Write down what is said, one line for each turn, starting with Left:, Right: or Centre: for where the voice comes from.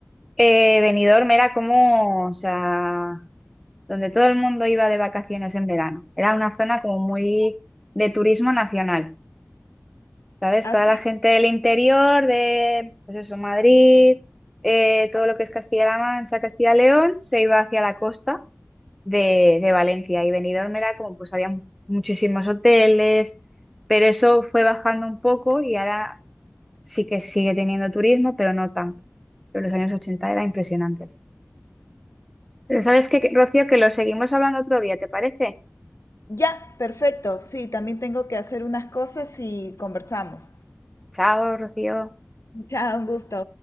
Centre: eh, Benidorm era como, o sea, donde todo el mundo iba de vacaciones en verano. Era una zona como muy de turismo nacional, ¿sabes?
Left: Así,
Centre: Toda la gente del interior, de, pues eso, Madrid, eh, todo lo que es Castilla-La Mancha, Castilla-León, se iba hacia la costa de, de Valencia y Benidorm era como, pues había muchísimos hoteles, pero eso fue bajando un poco y ahora sí que sigue teniendo turismo, pero no tanto. Pero los años 80 era impresionante. Pero sabes qué, Rocío, que lo seguimos hablando otro día, ¿te parece?
Left: ya, perfecto. Sí, también tengo que hacer unas cosas y conversamos.
Centre: Chao, Rocío.
Left: Chao, un gusto.